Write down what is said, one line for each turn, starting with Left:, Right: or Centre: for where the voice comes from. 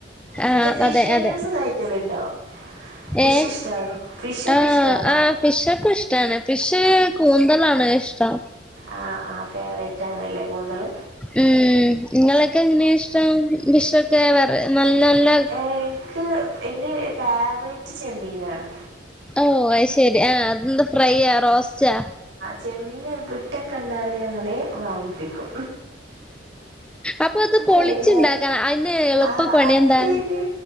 Right: പിന്നെ
Centre: ആഹ്
Right: ഫിഷ്
Centre: അതെ
Right: ഐറ്റംസ്
Centre: അതെ
Right: കയിക്ക്യാലണ്ടോ? ഫിഷ്
Centre: ഏഹ്
Right: ഇഷ്ടാണോ ഫിഷോക്കെ
Centre: ആഹ്
Right: ഇഷ്ടാണോ?
Centre: ആഹ് ഫിഷൊക്കെ ഇഷ്ടമാണ് ഫിഷ് കൂന്തലാണ് ഇഷ്ടം.
Right: ആഹ് ആഹ് ഫേവറേറ്റ് ആണ് അല്ലേ കുന്തല്.
Centre: ഉം നിങ്ങളൊക്കെ എങ്ങനെയ ഇഷ്ടം ഫിഷോക്കെ വേറെ നല്ലാ നല്ലാ
Right: എക്ക് എൻ്റെ ഫോവറെറ്റ് ചെമ്മീനാണ്.
Centre: ഓ അയ് ശേരി ആഹ് അത് എന്താ ഫ്രൈയാ റോസ്റ്റ്?
Right: ജെമ്മീൻ എവിടെ കണ്ടാലും ഞാൻ വാങ്ങിപ്പിക്കും.
Centre: അപ്പൊ അത്
Right: ഫ്രൈ
Centre: പൊളിച്ചുണ്ടാക്കണം
Right: ആക്ക
Centre: അതിന് എളുപ്പ
Right: ആ
Centre: പണിന്താ?
Right: അതിന്